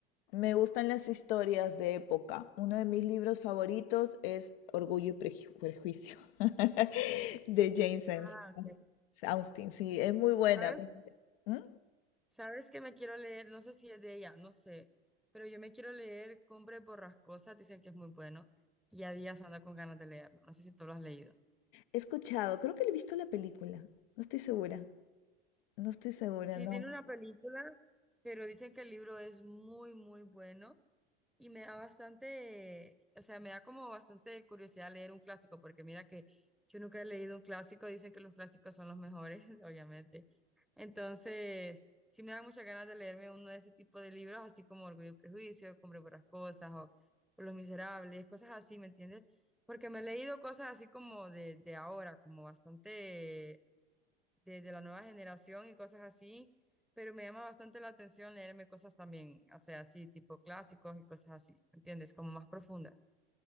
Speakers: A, on the left (about 65°); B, in the centre.
A: Me gustan las historias de época. Uno de mis libros favoritos es Orgullo y Preju- Prejuicio <laughs> de James Ans-
B: Ah, ok.
A: Austen. Sí, es muy buena.
B: ¿Sabes?
A: ¿Mm?
B: ¿Sabes que me quiero leer? No sé si es de ella, no sé, pero yo me quiero leer cumbre Borrascosas, dicen que es muy bueno, y a días anda con ganas de leerlo, no sé si tú lo has leído.
A: He escuchado, creo que le he visto la película. No estoy segura. No estoy segura,
B: Sí,
A: no.
B: tiene una película. Pero dicen que el libro es muy, muy bueno Y me da bastante, o sea, me da como bastante curiosidad leer un clásico, porque mira que yo nunca he leído un clásico, dicen que los clásicos son los mejores, <laughs> obviamente. Entonces, sí me da muchas ganas de leerme uno de ese tipo de libros, así como Orgullo y Prejuicio, Hombre por las Cosas, o, o Los Miserables, cosas así, ¿me entiendes? Porque me he leído cosas así como de, de ahora, como bastante de, de la nueva generación y cosas así, pero me llama bastante la atención leerme cosas también, o sea, así, tipo clásicos y cosas así, ¿entiendes? Como más profundas.